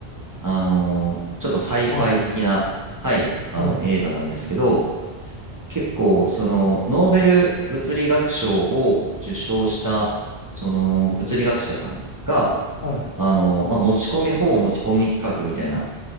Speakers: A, on the right; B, on the left.
A: あのーちょっとサイファイ的な、
B: はい、
A: はい、あの映画なんですけど、
B: はい、
A: 結構、その、ノーベル物理学賞を受賞した、その、物理学者さんが、
B: はい。
A: あのーまあ、持ち込み、ほぼ持ち込み企画みたいな、